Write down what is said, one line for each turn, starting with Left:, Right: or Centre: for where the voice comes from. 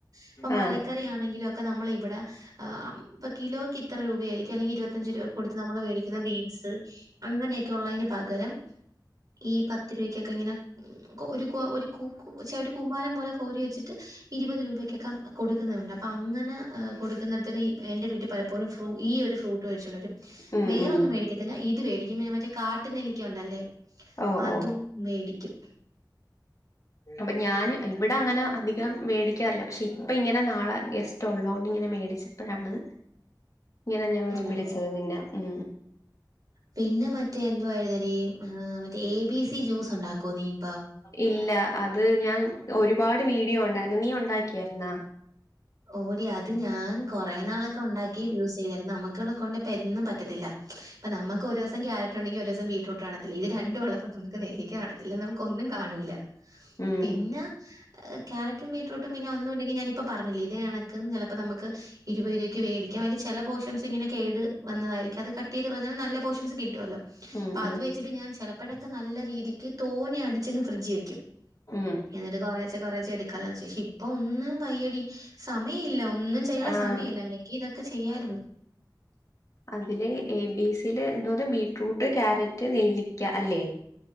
Right: ഇപ്പൊ മലക്കറി
Left: ആഹ്
Right: ആണെങ്കില ഒക്കെ നമ്മള ഇവിടെ ഇപ്പൊ കിലോക്ക് ഇത്ര രൂപ ആരിക്കും അല്ലെങ്ക ഇരുപത്തഞ്ച് രൂപ കൊടുത്ത് നമ്മൾ വേടിക്കുന്ന ബീ സ് അങ്ങനെയൊക്കെ ഉള്ളതിന് പകരം ഈ പത്ത് രൂപക്കൊക്കെ ഇങ്ങനെ ഒരു കെ ഒരുകുക്കു പക്ഷെ ഒരു കൂമാരം പോലെ കോരി വെച്ചിട്ട് ഇരുപത് രൂപയ്ക്കൊക്കെ കൊടുക്കുന്നുണ്ട് അപ്പ അങ്ങനെ കൊടുക്കുന്നിടത്തിന് എന്റെ വിട്ടി പലപ്പോഴും ഫ്രൂ ഈ ഒരു ഫ്രൂട്ട് മെടിച്ചുകൊണ്ടുംവരും
Left: ഉം
Right: വേറൊന്നും
Left: ഉം
Right: മേടിക്ക ത്തില്ല ഇത് മേടിക്കും പിന്നെ മറ്റേ കാട്ട് നെല്ലിക്ക ഉണ്ടല്ലേ
Left: ഓ
Right: അതും
Left: ഓ
Right: മേടിക്കും
Left: അപ്പൊ ഞാൻ ഇവിടെ അങ്ങനെ അധികം മേടിക്കാറില്ല പക്ഷെ ഇപ്പ ഇങ്ങനെ നാളെ ഗെസ്റ്റ് ഉള്ളതോണ്ട് ഇങ്ങനെ മേടിച്ചത് ഇപ്പോഴാണ് ഇങ്ങനെ ഞാൻ
Right: ഉം
Left: വിളിച്ചത്
Right: ഉം
Left: നിന്നെ ഉ
Right: പിന്നെ മറ്റേ എന്തുവായിരുന്നെടീ, ഏ മറ്റേ ഏ ബീ സീ ജ്യൂസുണ്ടാക്കോ നീ ഇപ്പ?
Left: ഇല്ല, അത് ഞാൻ ഒരുപാട് വീഡിയോ ഉണ്ടായിരുന്നു. നീ ഉണ്ടാക്കിയായിരുന്നാ?
Right: ഓടി അത് ഞാൻ കൊറേ നാളൊക്കെ ഉണ്ടാക്കി യൂസെ യ്തിരുന്നു. നമുക്കുള്ള കൊണ്ട് പ്പ എന്നും പറ്റത്തില്ല. ഇപ്പ നമുക്ക് ഒരൂസം ക്യാരറ്റു- ണ്ടെങ്കി ഒരൂസം ബീറ്റ്റൂട്ട് കാണത്തില്ല. ഇത് രണ്ടു ഉള്ളപ്പൊ നമുക്ക് നെല്ലിക്ക കാണത്തില്ല, നമുക്കോന്നും കാണൂല.
Left: ഉം
Right: പിന്ന, ക്യാരറ്റും ബീട്രൂട്ടും പിന്നെ ഒന്നുല്ലെങ്കി ഞാനിപ്പ പ പറഞ്ഞില്ലേ ഇതേ കണക്ക് ചെലപ്പോ നമുക്ക് ഇരുപത് രൂപയ്ക്ക് വേടിക്കാ, അയ്ല് ചെല പോഷൻസ് ഇങ്ങനെ കേട് വന്നതായിരിക്കു, അത് കട്ടെയ്ത് കളഞ്ഞാൽ നല്ല പോഷൻസ് കിട്ടുവല്ലോ.
Left: ഉം
Right: അപ്പൊ അത്
Left: ഉം
Right: വെച്ചിട്ട് ഞാൻ ചെലപ്പഴൊക്കെ നല്ല രീതിക്ക്, തോനെ അടിച്ചങ്ങ് ഫ്രിഡ്ജി വെയ്ക്കും.
Left: ഉം
Right: എന്നിട്ട് കൊറേച്ചെ കൊറെേച്ചെ എടുക്കാലോ <unintelligible> ഇപ്പൊ ഒന്നും വയ്യെടി, സമയല്ല. ഒ ഒന്നും ചെയ്യാള്ളെ
Left: ആഹ്
Right: സമയല്ല, അല്ലെങ്കി ഇതൊക്കെ ചെയ്യായിര്ന്ന്.
Left: അതില്, ഏ ബീ സില് എന്തോന്ന് ബീറ്റ്റൂട്ട്, കാരറ്റ്, നെല്ലിക്ക അല്ലെ?